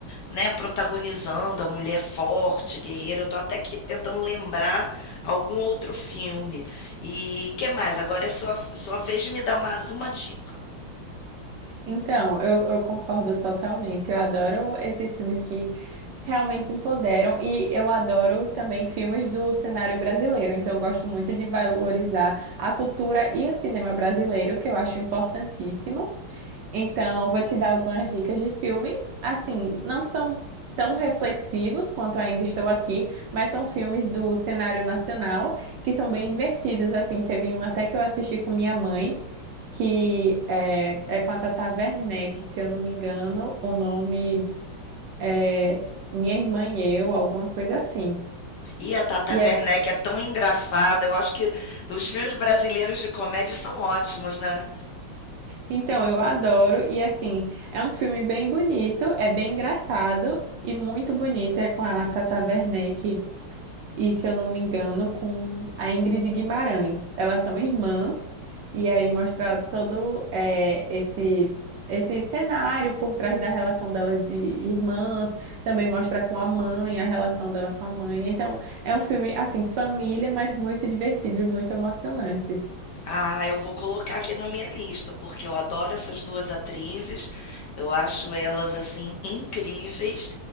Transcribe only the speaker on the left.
né, protagonizando, a mulher forte, guerreira. Eu tô até aqui tentando lembrar algum outro filme. E que mais? Agora é sua, sua vez de me dar mais uma dica.
E a Tata
Werneck é tão engraçada. Eu acho que os filmes brasileiros de comédia são ótimos, né?
Ah, eu vou colocar aqui na minha lista, porque eu adoro essas duas atrizes, eu acho elas assim incríveis.